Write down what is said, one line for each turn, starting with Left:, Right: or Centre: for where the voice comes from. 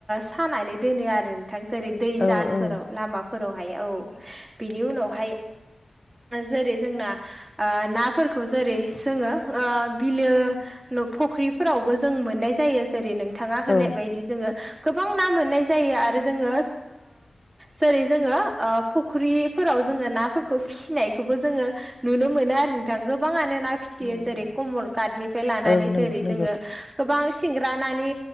Right: सानानै दोनो आरो नोंथां जेरै दैजानफोराव
Left: औ औ
Right: लामाफोर फोरावहाय औ बिनि उनावहाय जेरै जोंना नाफोरखौ जेरै जोङो बिलो फुख्रिफोरावबो जों मोननाय जायो। जेरै नोंथाङा
Left: औ
Right: होनाय बायदि जोङो गोबां ना मोननाय जायो आरो जोङो। जेरै जोङो फुख्रिफोराव जोङो नाफोरखौ फिसिनायखौबो जोङो। नुनो मोनो आरो नोंथां गोबाङानो नाय फिसियो
Left: मोननो
Right: जेरै
Left: हायो।
Right: कमर का्टनिफ्राय लानानै
Left: औ नंगौ
Right: जेरै जोङो। गोबां सिंग्रानानै